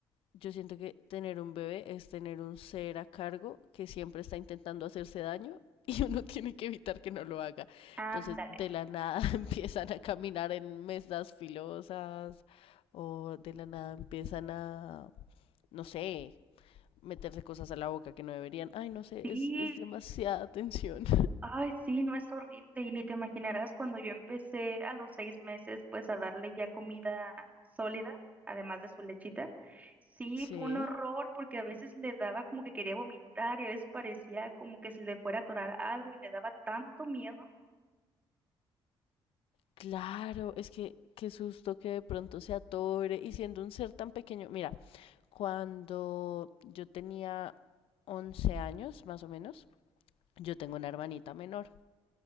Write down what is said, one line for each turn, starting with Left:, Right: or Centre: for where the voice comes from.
Left: yo siento que tener un bebé es tener un ser a cargo que siempre está intentando hacerse daño y uno <laughs> tiene que evitar que no lo haga.
Right: Ándale.
Left: Entonces, de la nada <laughs> empiezan a caminar en mesas filosas o de la nada empiezan a no sé, meterse cosas a la boca que no deberían. Ay, no sé,
Right: Sí.
Left: es, es demasiada tensión.
Right: Ay, sí, no es horrible. Y ni te imaginarás cuando yo empecé a los seis meses, pues a darle ya comida sólida, además de su lechita. Sí,
Left: Sí,
Right: fue un horror porque a veces le daba como que quería vomitar y a veces parecía como que se le fuera a atorar algo y me daba tanto miedo.
Left: claro, es que qué susto que de pronto se atore y siendo un ser tan pequeño. Mira, cuando yo tenía 11 años, más o menos, yo tengo una hermanita menor.